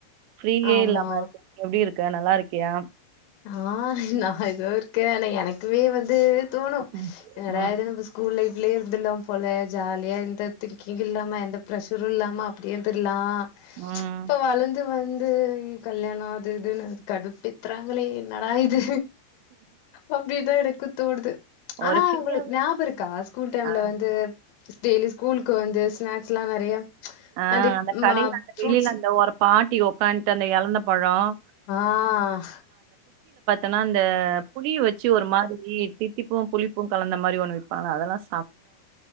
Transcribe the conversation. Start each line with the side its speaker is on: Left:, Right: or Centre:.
Right: ஃப்ரீயே
Left: ஆமா
Right: இல்லாம எப்படி இருக் இக்க நல்லா இருக்கியா
Left: ஆ நான் ஏதோ இருக்கேன் எனக்குவே வந்து து தோணு
Right: ம்
Left: என்னடா
Right: ம்
Left: இது நம்ப ஸ்கூல் லைஃப் அப்பயே இருந்தலாம் போல ஜாலியா எந்த திங்கிங் இல்லாமா எந்த பிரெசரும் இல்லாம அப்படியே இருந்துரலாம்
Right: ம்.
Left: இப்ப வளர்ந்து வந் இது கல்யாண அது இதுன்னு கடுப்பு ஏத்துறாங் நாங்களே நடா இது அப்டிதா இருக் க்குத்தோடுது
Right: ஒரு
Left: ஆனா
Right: ஃப்ரீயா
Left: உங்களுக்கு ஞாபகம் இருக்கா ஸ்கூல் டைம்ல
Right: ஆ
Left: வந்து டெய்லி ஸ்கூலுக்கு வந்து ஸ்நாக்ஸ் எல்லாம் நெறைய
Right: ஆஹ்
Left: அண்ட்
Right: அந்த கடையில
Left: மா
Right: அந்த
Left: ஃப்ரூட்ஸ்
Right: வெளில அந்த ஒரு பாட் ட்டி உக்காந்துட்டு அந்த இழந்த பழம்
Left: ஆ
Right: ஆனா இந்த புளிய வச்சு ஒரு மாரி தித்திப்பும் புளிப்பும் கலந்த மாரி ஒன்னு வைப்பாங்க அதெல்லாம்